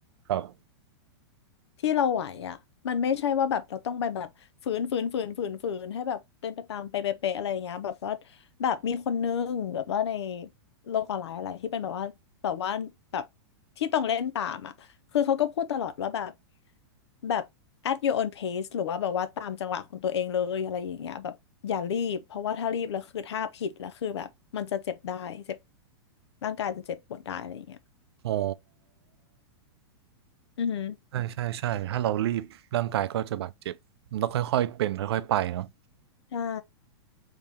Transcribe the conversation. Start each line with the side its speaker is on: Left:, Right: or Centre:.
Right: ครับ
Left: ที่เราไหวอ่ะมันไม่ใช่ว่าแบบเราต้องไปแบบฝืนฝืนฝืนฝืนฝืนให้แบบเป็นไปตามไปเป๊ะๆอะไรอย่างเงี้ยแบบว่าแบบมีคนนึงแบบว่าในโลกออนไลน์อะไรที่เป็นแบบว่าแบบว่าแบบที่ต้องเล่นตามอ่ะคือเขาก็พูดตลอดว่าแบบแบบ at your own pace หรือว่าแบบว่าตามจังหวะของตัวเองเลยอะไรอย่างเงี้ยแบบอย่ารีบเพราะว่าถ้ารีบแล้วคือถ้าผิดแล้วคือแบบมันจะเจ็บได้เจ็บร่างกายจะเจ็บปวดได้อะไรอย่างเงี้ย
Right: อ๋อ
Left: อือฮึ
Right: ใช่ใช่ใช่ถ้าเรารีบร่างกายก็จะบาดเจ็บมันต้องค่อยๆเป็นค่อยๆไปเนาะ
Left: ใช่